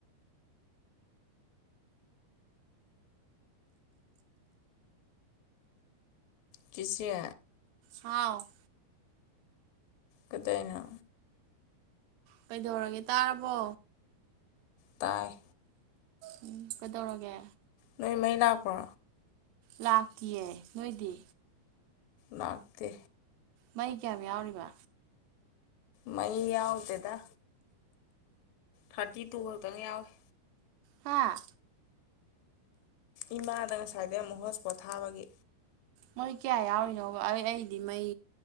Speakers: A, on the left; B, on the right.
A: ꯆꯤꯆꯦ
B: ꯍꯥꯎ
A: ꯀꯩꯗꯧꯔꯤꯅꯣ
B: ꯀꯩꯗꯧꯔꯒꯦ ꯇꯥꯔꯕꯣ
A: ꯇꯥꯏ
B: ꯎꯝ ꯀꯩꯗꯧꯔꯒꯦ
A: ꯅꯣꯏ ꯃꯩ ꯂꯥꯛꯄ꯭ꯔꯣ
B: ꯂꯥꯛꯇꯌꯦ ꯅꯣꯏꯗꯤ
A: ꯅꯥꯥꯛꯇ
B: ꯃꯩ ꯀꯌꯥꯝ ꯌꯥꯎꯔꯤꯕ
A: ꯃꯩ ꯌꯥꯎꯗꯦꯗ ꯊꯥꯔꯇꯤ ꯇꯨ ꯈꯛꯇꯪ ꯌꯥꯎꯏꯤ
B: ꯍꯥꯥ
A: ꯏꯃꯥꯗ ꯉꯁꯥꯏꯗꯩ ꯑꯃꯨꯛ ꯍꯣꯁ ꯄꯣꯊꯥꯕꯒꯤ
B: ꯃꯣꯏ ꯀꯌꯥ ꯌꯥꯎꯔꯤꯅꯣꯕ ꯑꯩ ꯑꯩꯗꯤ ꯃꯩ